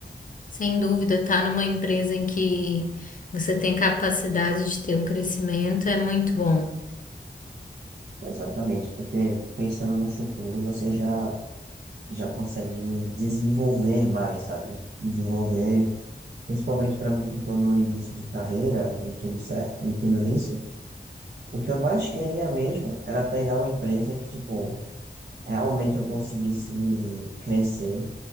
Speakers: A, on the left; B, on the right.
A: Sem dúvida, tá numa empresa em que você tem capacidade de ter um crescimento é muito bom.
B: Exatamente, porque pensando no futuro, você já já consegue desenvolver mais, sabe? Desenvolver, principalmente para mim que estou no início de carreira, de tudo certo, de tudo isso, o que eu mais queria mesmo era pegar uma empresa que, tipo, realmente eu conseguisse crescer